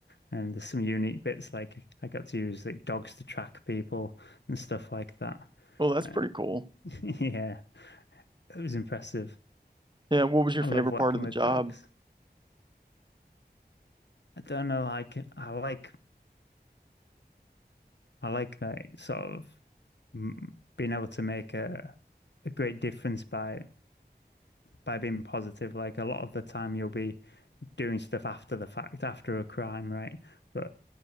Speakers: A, on the left; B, on the right.
A: and there's some unique bits like I got to use like dogs to track people and stuff like that.
B: Well, that's
A: And
B: pretty cool.
A: <laughs> yeah, it was impressive.
B: Yeah, what was your
A: I
B: favorite
A: love working
B: part of the
A: with
B: job?
A: dogs. I don't know, like I like I like that sort of mm, being able to make a a great difference by by being positive. Like a lot of the time, you'll be doing stuff after the fact, after a crime, right? But